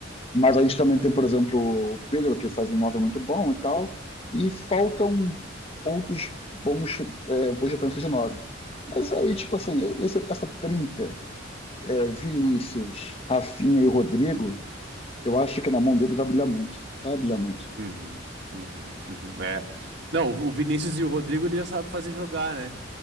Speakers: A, on the left (about 30°); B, on the right (about 60°).
A: Mas a gente também tem, por exemplo, o Pedro, que faz um 9 muito bom e tal. E faltam outros bons, é, boas referências de 9. Mas aí, tipo assim, esse- essa trinca, é, Vinícius, Rafinha e Rodrigo Eu acho que na mão dele vai brilhar muito. Vai brilhar muito.
B: Uhum, uhum, uhum. É. Não, o o Vinícius e o Rodrigo ele já sabe fazer jogar, né?